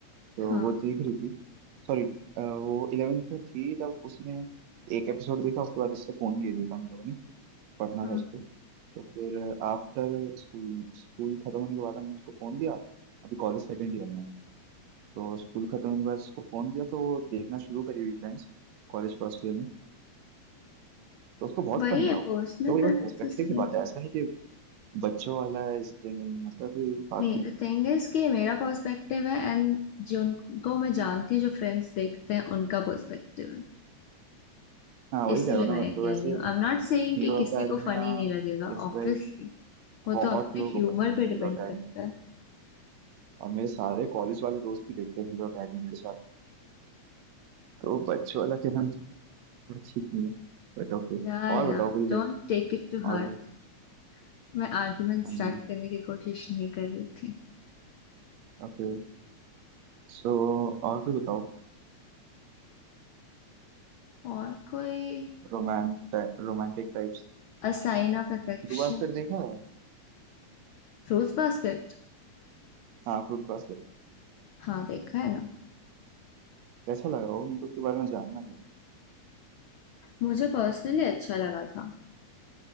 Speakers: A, on the right; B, on the left.
A: तो
B: हाँ
A: वो देख रही थी सॉरी वो इलेवेंथ में थी तब उसने एक एपिसोड देखा उसके बाद उससे फोन ले देखा हम लोगों ने पढ़ना
B: हम्म
A: था उसको तो फिर आफ्टर स्कूल स्कूल खत्म होने के बाद हमने उसको फोन दिया अभी कॉलेज सेकेंड ईयर में तो स्कूल खत्म होने के बाद उसको फोन दिया तो वो देखना शुरू करी हुई फ्रेंड्स कॉलेज फर्स्ट ईयर में तो उसको बहुत
B: वही
A: फन लगा
B: है
A: वो
B: पर्सनल
A: तो ये
B: प्रेफरेंसेस
A: बस पर्सपेक्टिव
B: पे
A: की बात है ऐसा नहीं कि बच्चों वाला है इसलिए नहीं मतलब कोई बात
B: नहीं
A: नहीं
B: द थिंग इज कि मेरा पर्सपेक्टिव है एंड जिनको मैं जानती हूँ जो फ्रेंड्स देखते हैं उनका पर्सपेक्टिव है
A: हाँ वही
B: इसीलिए
A: कह रहा हूँ
B: मैं
A: ना
B: ये कह
A: तो वैसे
B: रही हूँ आई एम नॉट सेइंग
A: हीरो
B: कि किसी
A: अकेडमिया
B: को फनी नहीं लगेगा
A: इज
B: ऑब्वियसली
A: लाइक
B: वो
A: बहुत
B: तो अपने
A: लोगों
B: ह्यूमर
A: को पसंद
B: पे
A: है
B: डिपेंड
A: हीरो अकेडमिया
B: करता है
A: और मेरे सारे कॉलेज वाले दोस्त ही देखते हैं हीरो अकेडमी मेरे साथ तो बच्चों वाला कहना तो थोड़ा ठीक नहीं है बट ओके
B: Yeah
A: और
B: yeah
A: बताओ कोई लाइक
B: don't take it to
A: और
B: heart मैं आर्गुमेंट स्टार्ट
A: M G
B: करने की कोशिश नहीं कर रही थी
A: ओके सो और कोई बताओ
B: और कोई
A: Romant romantic types
B: a sign of affection
A: Fruit basket देखा है
B: Fruits Basket
A: हाँ फ्रूट बास्केट
B: हाँ देखा है ना
A: कैसा लगा वो मेरे को उसके बारे में जानना था
B: मुझे पर्सनली अच्छा लगा था